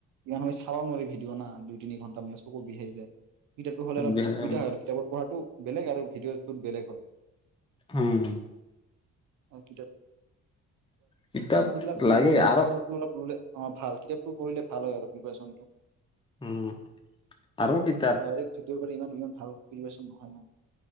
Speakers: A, on the right (about 80°); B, on the left (about 15°).
A: ইমান। খাব নোৱাৰি ভিডিঅ' দুই তিনি ঘণ্টা মান চকু বিহাই যায়। কিতাপটো হলে অপ
B: ব্যায়াম,
A: সুবিধা হলেতাপত পঢ়াটো। বেলেগ আৰু ভিডিঅ'টোত বেলেগ হয়।
B: উম।
A: অকিত।
B: কিতাপ
A: যিলাক কৰি
B: লাগে
A: আছে
B: আৰু
A: সহতেটো অললে। অ ভাল কিতাপটো পঢ়িলে ভাল হয় অলপ প্ৰিপ্যনটো।
B: উম, আৰু কিতাপ
A: ডাইৰেক্ ভিডিঅ। ইমান ইমান ভাল পৰিবেশচন নহয় নয়।